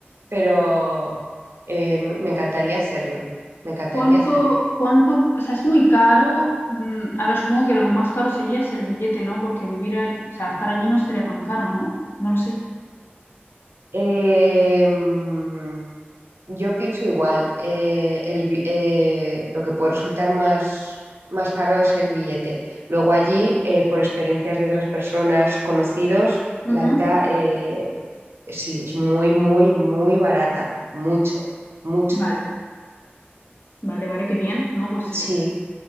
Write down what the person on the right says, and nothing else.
pero eh, m- me encantaría hacerlo, me encantaría
hacerlo.
Eh, mm, yo pienso igual, eh, el bi- eh, lo que puede resultar más, más caro es el billete. Luego allí, eh, por experiencias de otras personas conocidos,
la vida eh, sí, es muy, muy, muy barata, mucho, mucho.
Sí,